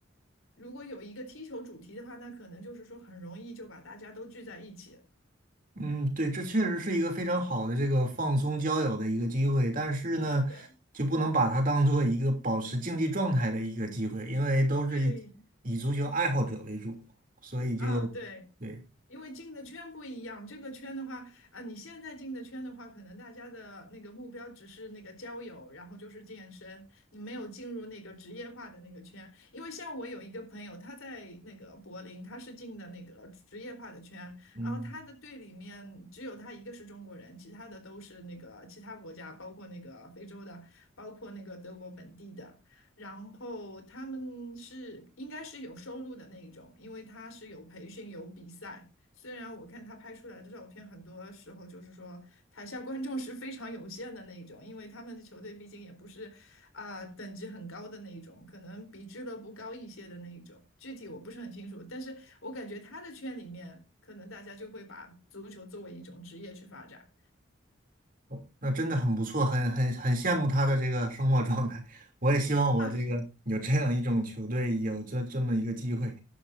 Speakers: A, on the left (about 85°); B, on the right (about 40°).
A: 如果有一个踢球主题的话，那可能就是说很容易就把大家都聚在一起了
B: 嗯，对，这确实是一个非常好的这个放松交友的一个机会，但是呢，
A: 对
B: 就不能把它当做一个保持竞技状态的一个机会，因为都是以以足球爱好者为主，
A: 对
B: 所以就对，
A: 啊，对。因为进的圈不一样，这个圈的话啊，你现在进的圈的话，可能大家的那个目标只是那个交友，然后就是健身，你没有进入那个职业化的那个圈。因为像我有一个朋友，他在那个柏林，他是进的那个职业化的圈，
B: 嗯。
A: 然后他的队里面只有他一个是中国人，其他的都是那个其他国家，包括那个非洲的，包括那个德国本地的。然后他们是应该是有收入的那一种，因为他是有培训有比赛。虽然我看他拍出来的照片，很多时候就是说台下观众是非常有限的那一种，因为他们的球队毕竟也不是啊、等级很高的那一种，可能比俱乐部高一些的那一种，具体我不是很清楚，但是我感觉他的圈里面，可能大家就会把足球作为一种职业去发展，
B: 哦那真的很不错，很很很羡慕他的这个生活状态。我也希望我这个有这样一种球队，
A: 啊，是
B: 有这这么一个机会。